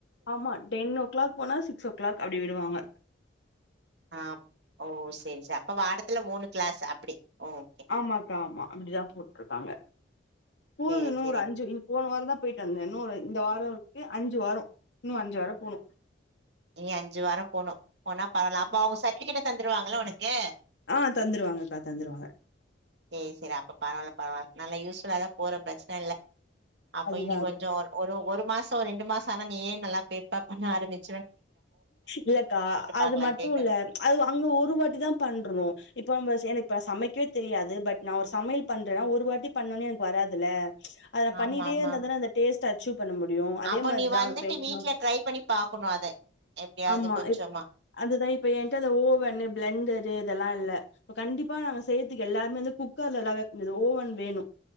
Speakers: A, on the left; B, on the right.
A: ஆமா டென் ஓ க்ளாக் போனா சிக்ஸ் ஓ க்ளாக் அப்டி விடுவாங்க
B: ஆ ஓ செரி செரி அப்ப வாரத்துல மூணு க்ளாஸ் அப்டி ஓகே
A: ஆமாக்கா ஆமா அப்டிதான் போட்டுருக்காங்க போது
B: சேரி
A: நூறு
B: சேரி
A: அஞ்சு இ போன வாரந் தா பேயிட்டு வந்தே இன்னொரு இந்த வார ஏ அஞ்சு வாரோ இன்னு அஞ்சு வாரோ போனு
B: இனி அஞ்சு வார போணு போனா பரல அப்ப அவுங்க சர்டிஃபிகேட்டு தந்துருவாங்கள ஒனக்கு
A: அ தந்துருவாங்கக்கா தந்துருவாங்க
B: ஏ சரி அப்ப பரவால்ல பரவால்ல நல்லா யூஸ்ஃபுல்லாதா போற பிரச்சன இல்ல அப்போ
A: அதுதா
B: இனி
A: அதுதா
B: கொஞ்சோ ஒரு ஒரு மாசோ ஒரு ரெண்டு மாசோ ஆனா நீயே நல்லா பேக்லா பண்ண ஆரம்பிச்
A: இல்லக்கா அது
B: பாக்கலா
A: மட்டுல்ல
B: கேக்க
A: அது அங்க ஒரு வாட்டி தா பண்றோ இப்ப <unintelligible> எனக் இப்ப சமைக்வே தெரியாது பட் நா ஒரு சமையல் பண்றே ஒரு வாட்டி பண்ணோன்யே எனக்கு வராதுல்ல அத நா
B: ஆமா
A: பண்ணிட்டே
B: ஆமா
A: இருந்தாதான அந்த டேஸ்ட் அச்சுப் பண்ண முடியு அதே
B: அப்ப
A: மாரிதா
B: நீ வந்துட்டு
A: உ பேக்கிங்கு
B: வீட்ல ட்ரை பண்ணி பாக்கணு அத எப்டியாது
A: ஆமா
B: கொஞ்சமா
A: இப் அதுதா இப்ப என்ட்ட அந்த ஓவன்னு பிளண்டரு இதெல்லா இல்ல இப்ப கண்டிப்பா நாங்க செய்ரதுக்கு எல்லாமே வந்து குக்கர்ல எல்லா வெக்க முடியாது ஓவன் வேணு